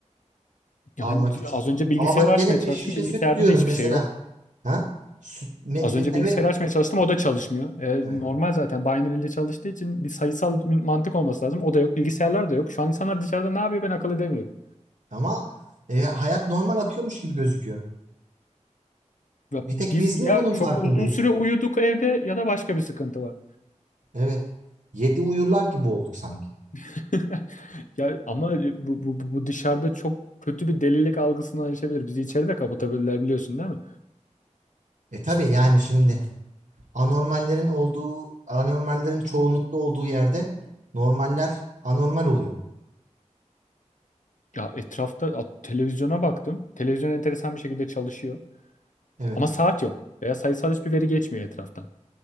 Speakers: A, on the left (about 85°); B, on the right (about 85°).
A: Yani
B: almak için.
A: az önce bilgisayarı
B: Ama bak
A: açmaya
B: gene bir
A: çalıştım.
B: şişe
A: Bilgisayarda
B: süt diyorum
A: da hiçbir
B: mesela.
A: şey yok.
B: Ha? Süt, me-
A: Az
B: me-
A: önce
B: evet.
A: bilgisayarı açmaya çalıştım. O da çalışmıyor. E,
B: Evet.
A: normal zaten. Binary ile çalıştığı için bir sayısal mantık olması lazım. O da yok. Bilgisayarlar da yok. Şu an insanlar dışarıda ne yapıyor ben akıl edemiyorum.
B: Ama e, hayat normal akıyormuş gibi gözüküyor. Bir
A: Biz
B: tek biz
A: ya
B: mi bunun
A: çok
B: farkındayız?
A: uzun süre uyuduk evde ya da başka bir sıkıntı var.
B: Evet. Yedi uyurlar gibi olduk sanki.
A: <laughs> Ya ama bu, bu, bu bu dışarıda çok kötü bir delilik algısından açabilir. Bizi içeride kapatabilirler biliyorsun değil mi?
B: E tabii yani şimdi anormallerin olduğu, anormallerin çoğunlukta olduğu yerde normaller anormal oluyor.
A: Ya etrafta ya televizyona baktım. Televizyon enteresan bir şekilde çalışıyor.
B: Evet,
A: Ama saat yok. Veya sayısal hiçbir veri geçmiyor etraftan.